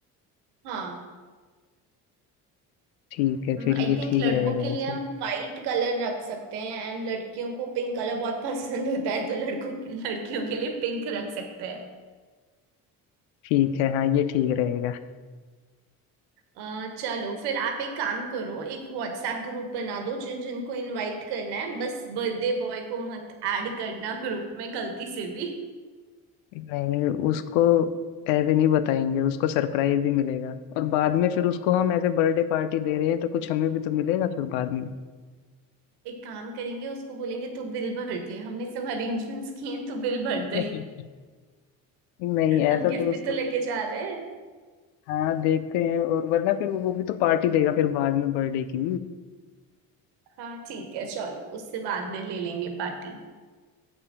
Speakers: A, on the right; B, on the left.
A: हाँ
B: ठीक है फिर
A: आई
B: ये
A: थिंक
B: ठीक
A: लड़कों
B: रहेगा
A: के लिए
B: ऐसे
A: हम वाइट कलर रख सकते हैं एंड लड़कियों को पिंक कलर बहुत <laughs> पसंद होता है तो लड़कों के लड़कियों के लिए पिंक रख सकते
B: ठीक है हाँ ये ठीक रहेगा
A: अ, चलो फिर आप एक काम करो एक व्हाट्सएप ग्रुप बना दो जिन जिनको इनवाइट करना है बस बर्थडे बॉय को मत ऐड करना ग्रुप में गलती से भी
B: नहीं उसको ऐसे नहीं बताएंगे उसको सरप्राइज ही मिलेगा और बाद में फिर उसको हम ऐसे बर्थडे पार्टी दे रहे हैं तो कुछ हमें भी तो मिलेगा फिर बाद में
A: एक काम करेंगे उसको बोलेंगे तू बिल भर दे हमने सब अरेंजमेंट्स किए हैं तू बिल भर
B: <laughs>
A: दे
B: नहीं ऐसा
A: हम गिफ्ट
B: तो
A: भी
B: उसको
A: तो लेके जा रहे हैं
B: हाँ देखते हैं और वरना फिर वो भी तो पार्टी देगा फिर बाद में बर्थडे की
A: हाँ ठीक है चलो उससे बाद में ले लेंगे पार्टी